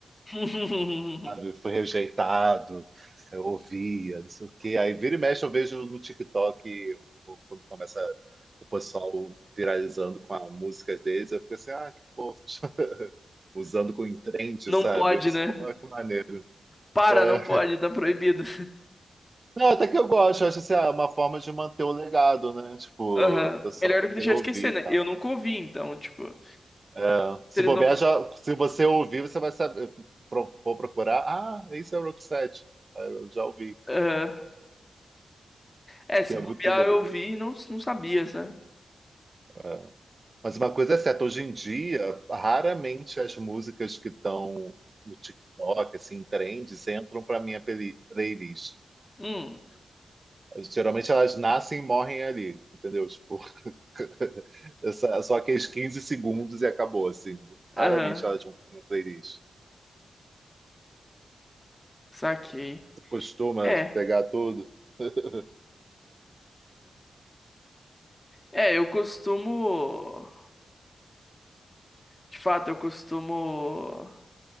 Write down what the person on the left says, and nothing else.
<laughs>
Não
pode,
né?
Para,
não pode, tá proibido.
Aham.
Melhor
do que deixar
esquecer, né?
Eu nunca ouvi, então, tipo, se
eles
não.
Aham. É, se
bobear,
eu ouvi e não, não sabia, sabe?
Hum,
aham,
saquei.
É,
é, eu costumo. De fato, eu costumo.